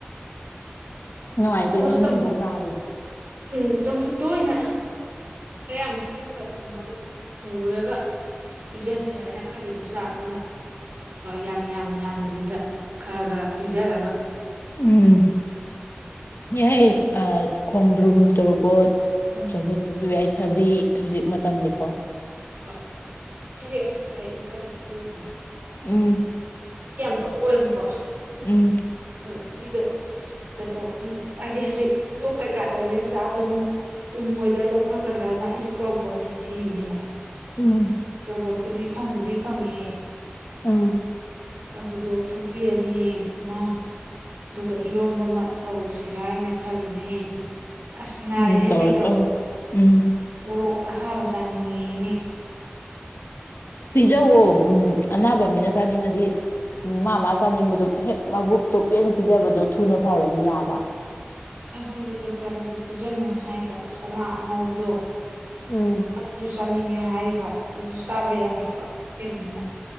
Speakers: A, on the left (about 70°); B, on the right (about 55°).
A: ꯅꯨꯡꯉꯥꯏꯇꯦꯅꯦ
B: ꯑꯗꯣ ꯆꯝ
A: ꯅꯣꯏ ꯕꯣꯛ ꯅꯥꯕꯗꯣ
B: ꯎꯝ ꯆꯝꯐꯨꯠꯇꯣ ꯑꯣꯏꯅ ꯈꯔ ꯌꯥꯝ ꯁꯦꯝꯃꯒ ꯊꯝꯃꯒ ꯄꯨꯔꯒ ꯄꯤꯖꯁꯦ ꯍꯥꯏꯅ ꯈꯜꯂꯤꯕ ꯆꯥꯛꯇꯨꯅ ꯌꯥꯝ ꯌꯥꯝ ꯌꯥꯝꯗꯕꯤꯗ ꯈꯔ ꯈꯔ ꯄꯤꯖꯔꯒ
A: ꯎꯝ ꯌꯥꯏ ꯑꯥ ꯈꯣꯡꯗ꯭ꯔꯨꯝ ꯇꯣꯔꯕꯣꯠ <unintelligible>
B: ꯎꯝ
A: ꯆꯝꯐꯨꯠ ꯐꯨꯠꯄꯤꯕ ꯌꯥꯏ ꯊꯕꯤ ꯍꯧꯖꯤꯛ ꯃꯇꯝꯗꯤꯀꯣ
B: ꯍꯣꯏ ꯑꯩꯁꯦ ꯑꯁ ꯉꯁꯥꯏ ꯏꯝꯐꯥꯜꯗꯨꯗꯅꯦ
A: ꯎꯝ
B: ꯊꯣꯛꯍꯧꯋꯦꯕꯀꯣ
A: ꯎꯝ
B: ꯊꯕꯤꯗꯣ ꯀꯩꯗꯧ ꯎꯝ ꯍꯥꯏꯗꯤ ꯍꯧꯖꯤꯛ ꯂꯣꯛ ꯀꯩꯀꯥ ꯇꯧꯔꯤꯃꯤꯅ ꯆꯥꯕꯗꯣ ꯑꯃꯨꯛ ꯇꯨꯝꯃꯣꯏꯗ꯭ꯔꯥ ꯂꯣꯛ ꯈꯨꯔꯛꯀꯗ꯭ꯔꯅ ꯑꯩꯁꯦ ꯇꯣꯔꯕꯣꯠ ꯑꯣꯏꯅ ꯊꯤꯕꯅꯦꯕ
A: ꯎꯝ
B: ꯇꯣꯔꯕꯣꯠꯄꯨꯗꯤ ꯐꯪꯕꯨꯗꯤ ꯐꯪꯉꯦ
A: ꯎꯝ
B: ꯑꯗꯨꯗꯣ ꯐꯨꯠꯄꯤꯔꯅꯤ ꯍꯌꯦꯡ ꯑꯃ ꯑꯗꯨꯒ ꯏꯔꯣꯝꯕ ꯑꯃ ꯇꯧꯔꯁꯤꯔ ꯍꯥꯏꯅ ꯈꯜꯂꯤꯅꯦ ꯍꯌꯦꯡꯁꯦ ꯑꯁ ꯅꯥꯔꯤꯅꯦ
A: ꯎꯝ ꯇꯧꯔꯣ
B: ꯇꯩꯗꯣ
A: ꯇꯧꯔꯣ ꯎꯝ
B: ꯃꯣꯔꯣꯛ ꯑꯁꯥꯕ ꯆꯥꯅꯤꯡꯉꯤꯅꯦ
A: ꯄꯤꯖꯑꯧꯋꯣ ꯎꯝ ꯑꯅꯥꯕ ꯃꯤꯅ ꯆꯥꯅꯤꯡꯉꯗꯤ ꯃꯥ ꯃꯥ ꯆꯥꯅꯤꯡꯕꯗꯣ ꯍꯦꯛ ꯃꯕꯨꯛꯇꯣ ꯄꯦꯅ ꯄꯤꯖꯕꯗꯣ ꯊꯨꯅ ꯐꯕꯅꯦ ꯅꯥꯕ
B: ꯑꯁ ꯑꯗꯣ ꯈꯪꯗꯦ ꯗꯣꯛꯇꯔꯅꯗꯤ ꯄꯤꯖꯅꯨꯅ ꯍꯥꯏꯕ ꯆꯅꯥ ꯑꯉꯧꯕꯗꯣ
A: ꯎꯝ
B: ꯑꯗꯨꯁꯨ ꯆꯥꯅꯤꯡꯉꯦ ꯍꯥꯏꯔꯤꯕ ꯑꯁ ꯑꯗꯨꯁꯨ ꯆꯥꯕ ꯌꯥꯔꯣꯏ ꯍꯥꯏꯕ <unintelligible>